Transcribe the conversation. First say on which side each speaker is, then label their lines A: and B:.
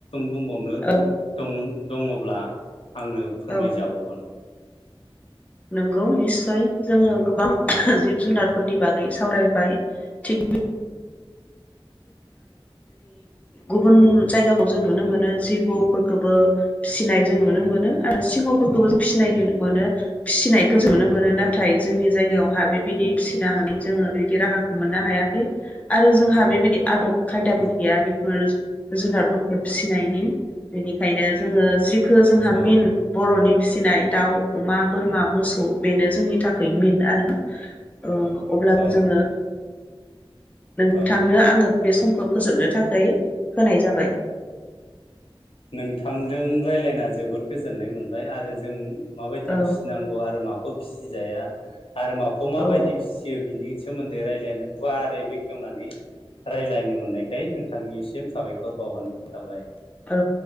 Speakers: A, on the left; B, on the left.
A: बुंबावनो
B: औ
A: दं दङ ब्ला आंनो फोरमायजाबावगोन।
B: औ नंगौ निस्सय जोङो गोबां जिब जुनारफोरनि बागै सावरायबाय थिग गुबुन जायगाखौ जों नुनो मोनो जिबौफोरखौबो फिसिनाय जों नुनो मोनो आरो सिंह'फोरखौबो जों फिसिनाय मोनो फिसिनाय जों नुनो मोनो नाथाय
A: औ
B: जोंनि जायगायाव जोंहा बेबायदि फिसिनो हानाय जोङो बेबायदि राहाखौ मोननो हायाखै आरो जोंहा बेबाय आदब खायदाबो
A: औ
B: गैया बेफोर जुनारफोरखौ फिसिनायनि बेनिखायनो जोङो जिखो जोंहा
A: औ
B: मेइन बर'नि फिसिनाय दाउ, अमा, बोरमा, मोसौ बेनो जोंनि थाखाय मेइन आरो औ अब्ला
A: औ
B: जोङो नोंथांनो
A: औ
B: आङो बे समखौ फोजोबनो थाखाय होनाय जाबाय।
A: नोंथांजों राय्लायना जोबोद गोजोननाय मोनबाय आरो जों माबायदि
B: औ
A: फिसिनांगौ आरो माखौ फिसिजाया आरो माखौ माबायदि
B: औ
A: फिसियो बिनि सोमोन्दै रायलायनो गुवारै बेखेवनानै रायज्लायनो मोननायखाय नोंथांनिसिम साबायखर बावहरनाय थाबाय।
B: औ